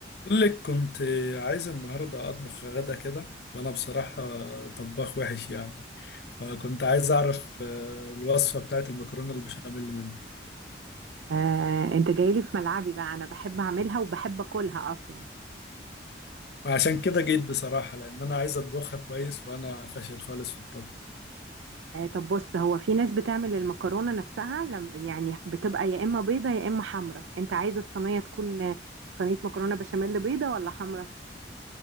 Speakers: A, on the left; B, on the right.
A: أقول لك كنت عايز النهاردة أطبخ غدا كده وأنا بصراحة طباخ وحش يعني فكنت عايز أعرف آه، الوصفة بتاعت المكرونة البشاميل منك
B: آه، انت جايلي في ملعبي بقى انا بحب اعملها وبحب اكلها اصلا
A: عشان كده جيت بصراحة لأن أنا عايز أطبخها كويس وأنا فاشل خالص في الطبخ
B: آه، طب بص هو في ناس بتعمل المكرونة نفسها لم يعني بتبقى يا اما بيضة يا اما حمرا انت عايز الصينية تكون آه، صينية مكرونة بشاميل بيضة ولا حمرا